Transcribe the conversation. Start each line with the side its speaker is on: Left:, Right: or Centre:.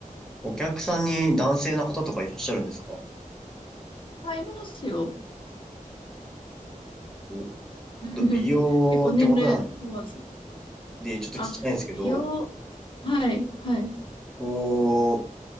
Centre: お客さんに男性の方とかいらっしゃるんですか
Left: あいいますよ。
Centre: おちょ
Left: <laughs>
Centre: っと美容ってことなん
Left: 結構年齢問わず。
Centre: で、ちょっと聞きたいんですけど、
Left: あ、美容、はい、はい。
Centre: こう、